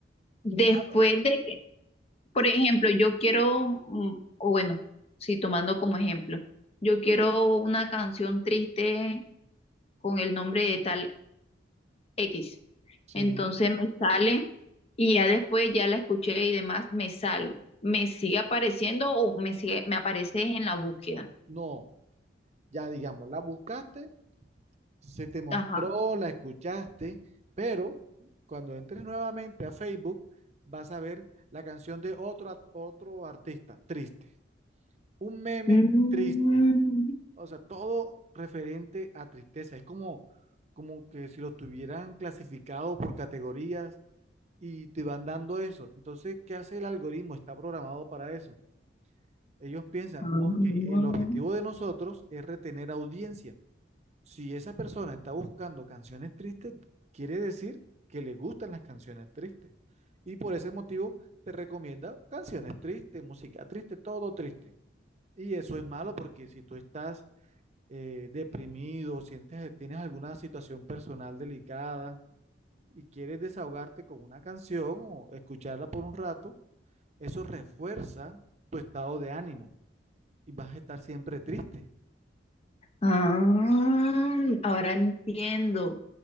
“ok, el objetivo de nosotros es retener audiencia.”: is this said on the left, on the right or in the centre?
Right